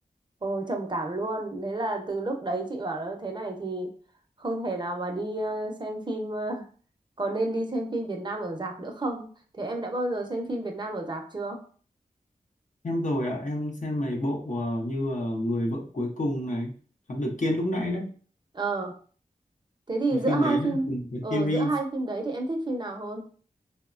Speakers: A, on the right; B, on the left.
A: Ồ, trầm cảm luôn. Đấy là từ lúc đấy chị bảo là thế này thì không thể nào mà đi ờ, xem phim ờ, có nên đi xem phim Việt Nam ở rạp nữa không? Thế em đã bao giờ xem phim Việt Nam ở rạp chưa?
B: em rồi ạ em xem mấy bộ ờ, như ờ, người vợ cuối cùng này Thám Tử Kiên lúc nãy đấy
A: Ờ, thế thì
B: cái
A: giữa
B: phim
A: hai
B: đấy
A: phim
B: là cùng cái
A: ờ
B: series
A: giữa hai phim đấy thì em thích phim nào hơn?